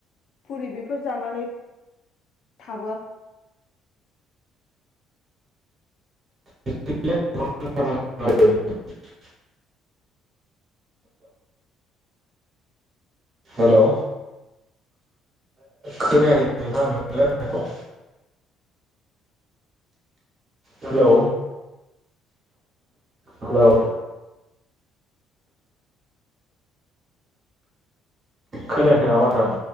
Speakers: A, on the left; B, on the right.
A: पुरि बेफोर जानानै थाबोआ
B: <unintelligible> हेल' ओ खोनायाखै नोंथां नोंनि रायनायखौ। Hello hello. खोनायाखै नामा नोंथां?